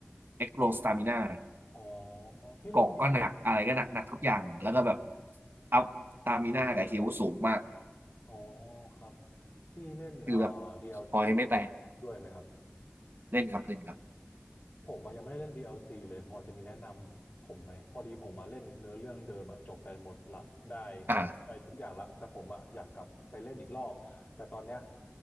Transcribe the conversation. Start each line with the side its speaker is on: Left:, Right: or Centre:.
Right: เอ็กโกสตามินา
Left: อ๋อพี่เล่นดี
Right: เกาะก็หนักอะไรก็หนักหนักทุกอย่างแล้วก็แบบ
Left: อ๋อ
Right: อัพสตามินากับเฮลสูงมาก
Left: อ๋อครับพี่เล่นเอ่อ
Right: คือแบบ
Left: DLC
Right: พอยไม่แตก
Left: ด้วยไหมครับ
Right: เล่นครับเล่นครับ
Left: ผมมายังไม่ได้เล่น DLC เลยพอจะมีแนะนำผมไหมพอดีผมมาเล่นเนื้อเรื่องเดิมอะจบไปหมดละได้
Right: อ่า
Left: ได้ทุกอย่างละแต่ผมอะอยากกลับไปเล่นอีกรอบแต่ตอนเนี้ย